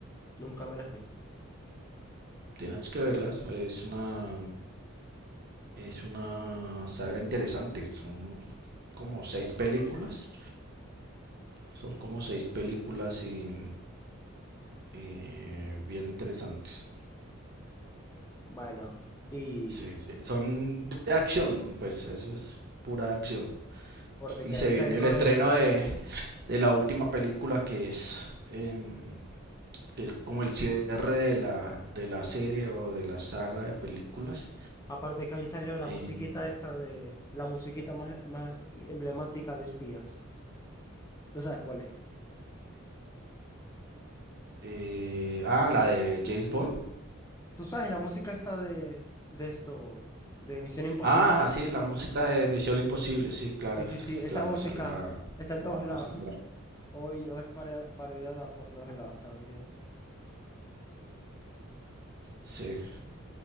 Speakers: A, on the left; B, on the right.
A: nunca me las vi.
B: Tienes que verlas. Es una, es una saga interesante. Son como seis películas. Son como seis películas y, y bien interesantes.
A: Bueno, y
B: Sí, sí. Son de acción, pues eso es pura acción.
A: aparte
B: Y
A: que
B: se
A: ahí
B: viene
A: salió
B: el estreno
A: el,
B: de, de la última película que es, em, que es como el cierre de la, de la serie o de la saga de películas.
A: aparte que ahí salió la
B: Em,
A: musiquita esta de, la musiquita más, más emblemática de espías. ¿Tú sabes cuál es?
B: eh, ah, la de James Bond.
A: ¿Tú sabes la música esta de, de esto, de Misión Imposible?
B: Ah, sí, la música de Misión Imposible, sí, claro,
A: Sí, sí,
B: sí,
A: sí, esa
B: claro,
A: música
B: sale la,
A: está en
B: la
A: todos
B: banda
A: lados.
B: sonora.
A: <laughs> Hoy, o es paro- parodiada por todos lados también.
B: Sí,